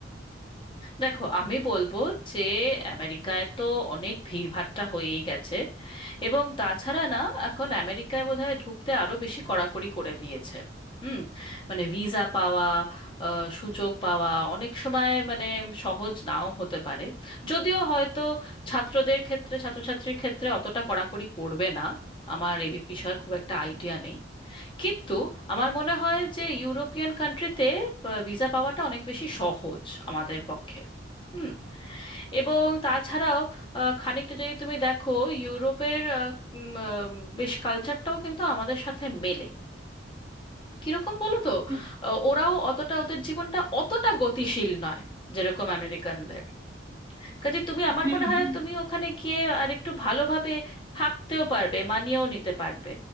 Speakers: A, on the left (about 30°); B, on the right (about 20°).
A: দেখো আমি বলবো যে আমেরিকায় তো অনেক ভিড়ভাট্টা হয়েই গেছে এবং তাছাড়া না এখন আমেরিকায় বোধহয় ঢুকতে আরো বেশি কড়াকড়ি করে দিয়েছে হুম মানে ভিসা পাওয়া আহ, সুযোগ পাওয়া অনেক সময় মানে সহজ নাও হতে পারে যদিও হয়তো ছাত্রদের ক্ষেত্রে ছাত্রছাত্রীর ক্ষেত্রে অতটা কড়াকড়ি করবে না আমার এ বিষয়ে খুব একটা আইডিয়া নেই কিন্তু আমার মনে হয় যে ইউরোপিয়ান কান্ট্রিতে ভিসা পাওয়াটা অনেক বেশি সহজ আমাদের পক্ষে হুম এবং তাছাড়াও আহ, খানিকটা যদি তুমি দেখো ইউরোপের আহ, উম, আহ, বেশ কালচারটাও কিন্তু আমাদের সাথে মেলে কিরকম বলো তো
B: হ্যাঁ
A: আহ, ওরাও অতটা ওদের জীবনটা অতটা গতিশীল নয় যেরকম আমেরিকানদের কাজে তুমি আমার
B: হ্যাঁ
A: মনে হয়
B: হ্যাঁ।
A: তুমি ওখানে গিয়ে আর একটু ভালোভাবে থাকতেও পারবে মানিয়েও নিতে পারবে